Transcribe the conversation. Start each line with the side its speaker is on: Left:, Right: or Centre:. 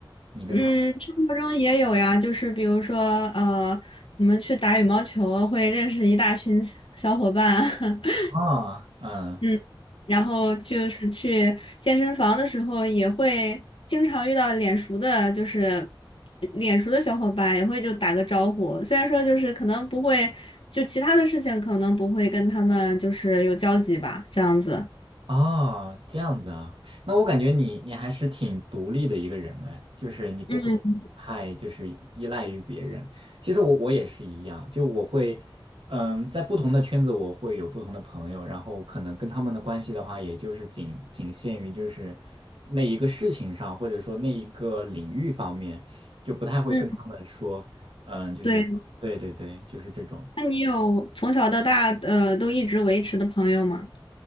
Right: 你跟他们
Left: 嗯，生活中也有呀，就是比如说呃，我们去打羽毛球会认识一大群小伙伴，<laughs>
Right: 哦嗯。
Left: 嗯，然后就是去健身房的时候，也会经常遇到脸熟的，就是脸熟的小伙伴，也会就打个招呼。虽然说就是可能不会，就其他的事情可能不会跟他们就是有交集吧，这样子。
Right: 啊，这样子啊，那我感觉你你还是挺独立的一个人哎，就是你不会太就是依赖于别人。
Left: 嗯
Right: 其实我我也是一样，就我会，嗯，在不同的圈子我会有不同的朋友，然后可能跟他们的关系的话，也就是仅仅限于就是那一个事情上，或者说那一个领域方面，就不太会跟他们说，
Left: 嗯，
Right: 嗯，就是对对对，
Left: 对。
Right: 就是这种。
Left: 那你有从小到大呃都一直维持的朋友吗？